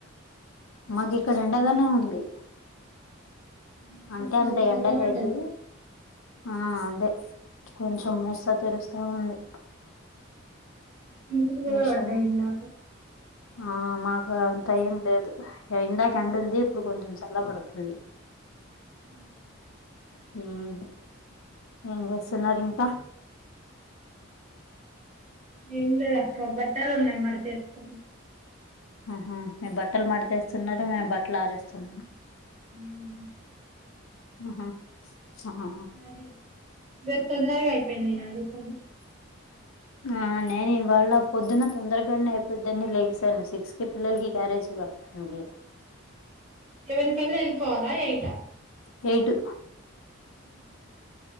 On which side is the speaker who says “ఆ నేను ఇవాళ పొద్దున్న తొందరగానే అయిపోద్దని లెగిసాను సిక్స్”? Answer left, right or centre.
Left